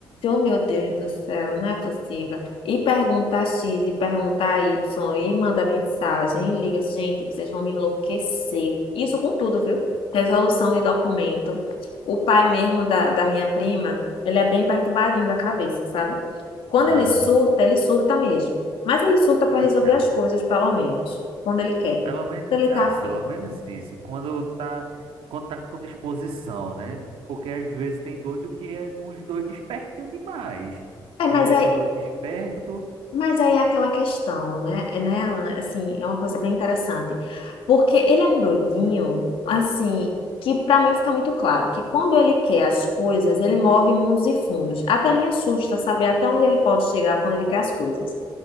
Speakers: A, on the left (about 75°); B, on the right (about 85°).
A: Oh, meu Deus do céu, não é possível. E pergunta X, e pergunta Y, e manda mensagem, e liga, gente, vocês vão me enlouquecer. Isso com tudo, viu? Resolução de documento. O pai mesmo da, da minha prima, ele é bem perturbadinho da cabeça, sabe? Quando
B: Ah,
A: ele surta, ele surta mesmo. Mas ele surta para
B: eita,
A: resolver as coisas, pelo menos, quando ele quer,
B: pelo menos,
A: quando ele
B: ah,
A: tá afim.
B: pelo menos isso. Quando tá, quando tá com disposição, né? Porque às vezes tem doido que é de uns doidos espertinho demais.
A: É, mas
B: Ele é
A: aí,
B: do doido esperto.
A: mas aí é aquela questão, né? É, né, Alan? Assim, é uma coisa bem interessante. Porque ele é um doidinho, assim, que para mim fica muito claro que quando ele quer as coisas, ele move mundos e fundos. Até me assusta saber até onde ele pode chegar quando ele quer as coisas.